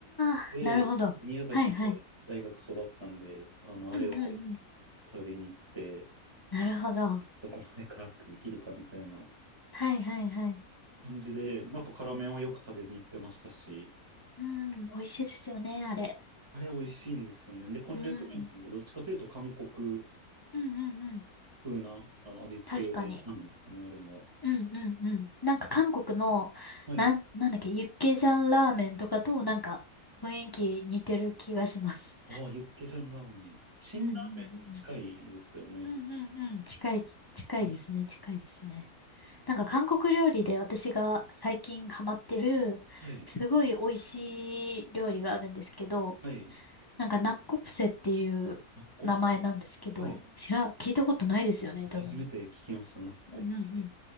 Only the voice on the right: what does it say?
で、
宮崎で大学育ったんで、
あの、あれを
食べに行って、
どこまで辛くできるかみたいな
感じで、やっぱ辛麺はよく食べに行ってましたし、
あれ美味しいんですよね。で、こんにゃく麺なんで、
どっちかというと韓国
風なあの味付けなんですかね、
あれも。
はい。
ああ、ユッケジャンラーメン。辛ラーメンも近いですよね。
はい。
はい。
はい。
ナッコプセ。はい。
初めて聞きました、ナッコプセ。